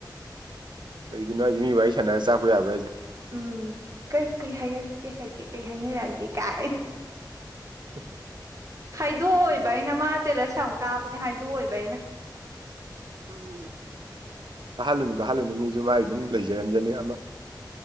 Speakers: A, on the right (about 80°); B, on the right (about 40°).
A: ꯀꯩꯒꯤꯅꯣ ꯍꯥꯏꯖꯦ ꯃꯤ ꯋꯥꯔꯤ ꯁꯥꯟꯅꯔꯒ ꯆꯥꯛꯄ ꯌꯥꯕ꯭ꯔꯥ ꯍꯥꯏꯖꯦ
B: ꯎꯝ ꯀꯩ ꯀꯩ ꯍꯥꯏꯔꯛꯀꯦ ꯀꯩ ꯍꯥꯏꯔꯛꯀꯦ ꯀꯩ ꯍꯥꯏꯅꯔꯛꯑꯒꯦ ꯀꯥꯏꯅ
A: ꯎꯝ <inaudible>
B: ꯍꯥꯏꯗꯣꯛꯑꯣꯏꯕ ꯑꯩꯅ ꯃꯥ ꯖꯦꯜꯂꯁ ꯌꯥꯝ ꯀꯥꯕꯅꯦ ꯍꯥꯏꯗꯣꯛꯑꯣꯏꯕ ꯑꯩꯅ
A: ꯎ ꯎ ꯀꯥꯍꯜꯂꯨꯅꯨ ꯀꯥꯍꯜꯂꯨꯅꯨ ꯃꯤꯁꯨ ꯃꯥꯏ ꯑꯗꯨꯝ ꯂꯩꯖꯔꯝꯖꯅꯤ ꯑꯃ